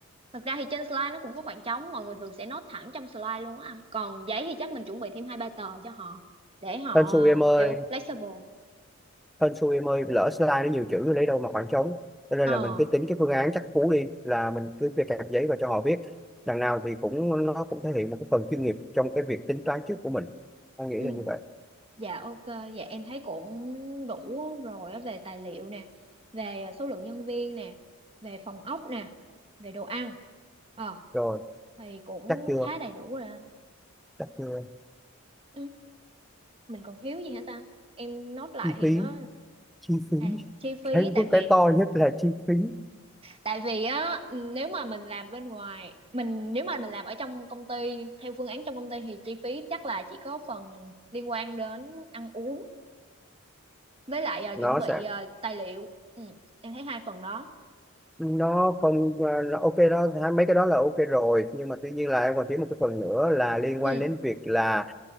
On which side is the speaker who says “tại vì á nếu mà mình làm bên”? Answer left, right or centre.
Right